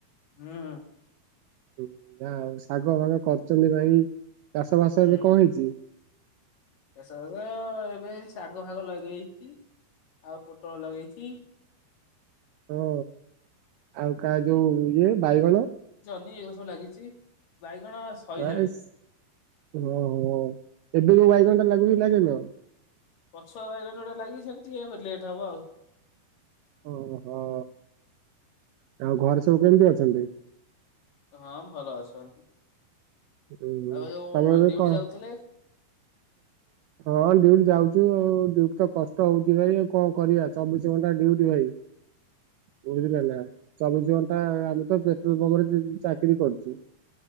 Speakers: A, on the left; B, on the right.
A: ହୁଁ।
B: ହୁଁ ଯାହଉ ଶାଗ ଫାଗ କରୁଛନ୍ତି ଭାଇ, ଚାଷ ବାସ
A: ହୁଁ
B: ଏବେ କଣ ହେଇଛି?
A: ଚାଷ ବାସ ଏବେ ଶାଗ ଫାଗ ଲଗେଇଛି। ଆଉ ପୋଟଳ ଲଗେଇଛି।
B: ହଁ ଆଉ କା ଯୋଉ ଇଏ ବାଇଗଣ।
A: କି ଗଛ ଲାଗିଛି? ବାଇଗଣ ସଇଲାଣି
B: ଆହେସ୍ ଓହୋ, ଏବେ ଯୋଉ ବାଇଗଣଟା ଲାଗୁଛି ଲଗେଇନ ଆଉ?
A: ପଛୁଆ ବାଇଗଣ ଗୁଡା ଲାଗି ସେମିତି ଟିକେ ଲେଟ୍ ହବ ଆଉ।
B: ଓହୋ। ଆଉ ଘରେ ସବୁ କେମିତି ଅଛନ୍ତି?
A: ହଁ ଭଲ ଅଛନ୍ତି।
B: ହୁଁ ହୁଁ
A: ଆଉ ଯୋଉ
B: ତମେ ଏବେ
A: ଡିଉଟି
B: କଣ,
A: ଯାଉଥିଲେ
B: ହଁ ଡିଉଟି ଯାଉ ଚୁ ଆଉ ଡିଉଟି ତ କଷ୍ଟ ହଉଛି ଭାଇ ଆଉ କଣ କରିବା ଚବିଶ ଘଣ୍ଟା ଡିଉଟି ଭାଇ। ମୁ
A: ହୁଁ
B: କିଛି ଜାଣେନା ଚବିଶ ଘଣ୍ଟା ଆମେ ତ ପେଟ୍ରୋଲ ପମ୍ପ ରେ ଚାକିରି କରୁଛୁ।